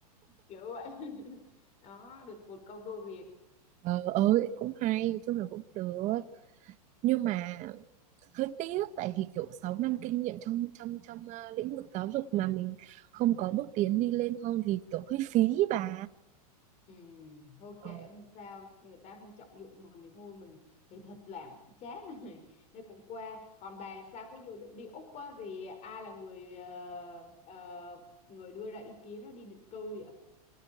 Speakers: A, on the left; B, on the right.
A: kiểu vậy <laughs> đó được một công đôi việc
B: ờ ơi cũng hay nói chung là cũng được nhưng mà hơi tiếc tại vì kiểu 6 năm kinh nghiệm trong trong trong ờ, lĩnh vực giáo dục mà mình không có bước tiến đi lên hơn thì kiểu hơi phí ý bà
A: Ừ, thôi
B: Ờ.
A: kệ không sao người ta không trọng dụng mình thì thôi mình thì thật làm cũng chán <laughs> rồi nên cũng qua còn bà sao cái dự định đi Úc á, thì ai là người ờ, ờ, người đưa ra ý kiến nó đi định cư vậy